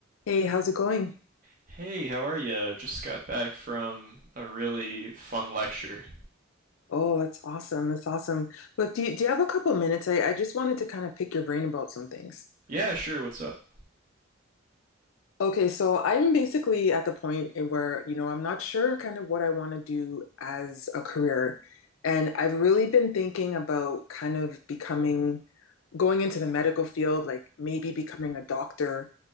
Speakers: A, on the left; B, on the right.
A: Hey, how's it going?
B: Hey, how are ya? Just got back from a really fun lecture.
A: Oh, that's awesome. That's awesome. Look, do you, do you have a couple minutes? I, I just wanted to kind of pick your brain about some things.
B: Yeah, sure, what's up?
A: Okay, so I'm basically at the point in where, you know, I'm not sure kind of what I want to do as a career. And I've really been thinking about kind of becoming, going into the medical field, like maybe becoming a doctor,